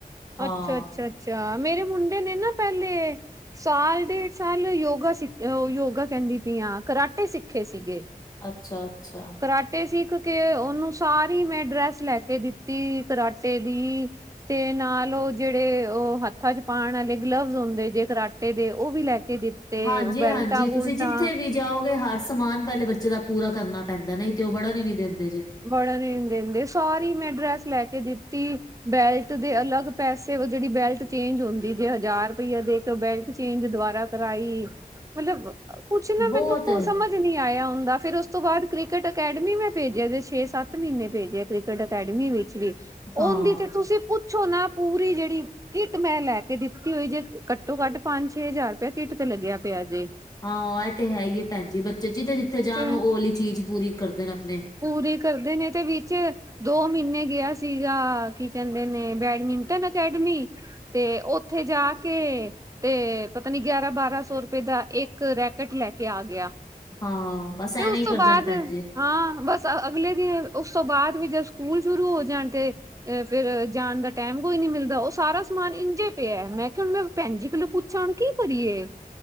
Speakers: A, on the left; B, on the right.
A: ਹਾਂ।
B: ਅੱਛਾ ਅੱਛਾ ਅੱਛਾ ਮੇਰੇ ਮੁੰਡੇ ਨੇ ਨਾ ਪਹਿਲੇ ਸਾਲ ਡੇਢ ਸਾਲ ਯੋਗਾ ਸਿੱਖ ਯੋਗਾ ਕਹਿੰਦੀ ਪਈ ਆ ਕਰਾਟੇ ਸਿੱਖੇ ਸੀਗੇ।
A: ਅੱਛਾ-ਅੱਛਾ।
B: ਕਰਾਟੇ ਸਿੱਖ ਕੇ ਉਹਨੂੰ ਸਾਰੀ ਮੈਂ ਡਰੈਸ ਲੈ ਕੇ ਦਿੱਤੀ ਕਰਾਟੇ ਦੀ ਤੇ ਨਾਲ ਉਹ ਜਿਹੜੇ ਉਹ ਹੱਥਾਂ 'ਚ ਪਾਣ ਆਲੇ ਗਲਵਸ ਹੁੰਦੇ ਜੇ ਕਰਾਟੇ ਦੇ ਉਹ ਵੀ ਲੈ ਕੇ ਦਿੱਤੇ।
A: ਹਾਂਜੀ-ਹਾਂਜੀ
B: ਬੈਲਟਾਂ ਬੁਲਟਾਂ
A: ਤੁਸੀਂ ਜਿੱਥੇ ਵੀ ਜਾਓਗੇ ਹਰ ਸਮਾਨ ਪਹਿਲੇ ਬੱਚੇ ਦਾ ਪੂਰਾ ਕਰਨਾ ਪੈਂਦਾ ਨਹੀਂ ਤੇ ਉਹ ਬੜਨ ਹੀ ਨਹੀ ਦਿੰਦੇ ਜੇ।
B: ਬੜਨ ਹੀ ਨੀ ਦਿੰਦੇ ਸਾਰੀ ਮੈਂ ਡਰੈਸ ਲੈ ਕੇ ਦਿੱਤੀ- ਬੈਲਟ ਦੇ ਅਲੱਗ ਪੈਸੇ ਉਹ ਜਿਹੜੀ ਬੈਲਟ ਚੇਂਜ ਹੁੰਦੀ ਜੇ ਹਜ਼ਾਰ ਰੁਪਈਆ ਦੇ ਤੇ ਉਹ ਬੈਲਟ ਚੇਂਜ ਦੁਬਾਰਾ ਕਰਾਈ, ਮਤਲਬ ਕੁਛ ਨਾ
A: ਬਹੁਤ
B: ਮੈਨੂੰ ਸਮਝ ਨੀ ਆਇਆ ਹੁੰਦਾ ਫਿਰ ਉਸ ਤੋਂ ਬਾਅਦ ਕ੍ਰਿਕਟ ਅਕੈਡਮੀ ਮੈਂ ਭੇਜਿਆ ਤੇ ਛੇ ਸੱਤ ਮਹੀਨੇ ਭੇਜਿਆ ਕ੍ਰਿਕਟ ਅਕੈਡਮੀ ਵਿੱਚ ਵੀ, ਉਹਦੀ
A: ਹਾਂ-ਹਾਂ
B: ਤੇ ਤੁਸੀਂ ਪੁੱਛੋ ਨਾ ਪੂਰੀ ਜਿਹੜੀ ਕਿੱਟ ਮੈਂ ਲੈ ਕੇ ਦਿੱਤੀ ਹੋਈ ਜੇ ਘੱਟੋ ਘੱਟ ਪੰਜ ਛੇ ਹਜ਼ਾਰ ਰੁਪਇਆ ਕਿੱਟ ਤੇ ਲੱਗਿਆ ਪਿਆ ਜੇ।
A: ਹਾਂ ਇਹ ਤੇ ਹੈ ਹੀ ਏ ਭੈਣ ਜੀ ਬੱਚੇ ਜਿੱਥੇ ਜਿੱਥੇ ਜਾਣ
B: ਤੇ
A: ਉਹ ਉਹ ਵਾਲੀ ਚੀਜ਼ ਪੂਰੀ ਕਰ ਦੇ ਨੇ ਆਪਣੇ।
B: ਪੂਰੀ ਕਰਦੇ ਨੇ ਤੇ ਵਿੱਚ ਦੋ ਮਹੀਨੇ ਗਿਆ ਸੀਗਾ ਕੀ ਕਹਿੰਦੇ ਨੇ ਬੈਡਮਿੰਟਨ ਅਕੈਡਮੀ ਤੇ ਉੱਥੇ ਜਾ ਕੇ ਤੇ ਪਤਾ ਨੀ ਗਿਆਰਾਂ ਬਾਰਾਂ ਸੌ ਰੁਪਏ ਦਾ ਇੱਕ ਰੈਕਟ ਲੈ ਕੇ ਆ ਗਿਆ।
A: ਹਾਂ ਬਸ
B: ਤੇ
A: ਐਵੇਂ
B: ਉਸ
A: ਈ
B: ਤੋਂ
A: ਕਰਦੇ
B: ਬਾਅਦ
A: ਨੇ ਭੈਣ ਜੀ।
B: ਹਾਂ, ਬਸ ਅਗਲੇ ਦਿ, ਉਸ ਤੋਂ ਬਾਅਦ ਵੀ ਜਦ ਸਕੂਲ ਸ਼ੁਰੂ ਹੋ ਜਾਣ ਤੇ ਏ ਫਿਰ, ਜਾਣ ਦਾ ਟੈਂਮ ਕੋਈ ਨੀ ਮਿਲਦਾ। ਉਸ ਸਾਰਾ ਸਮਾਨ ਇੰਝੇ ਪਿਆ। ਮੈਂ ਕਿਹਾ ਮੈਂ ਭੈਣ ਜੀ ਕੋਲੋਂ ਪੁੱਛਾ, ਕੀ ਕਰੀਏ?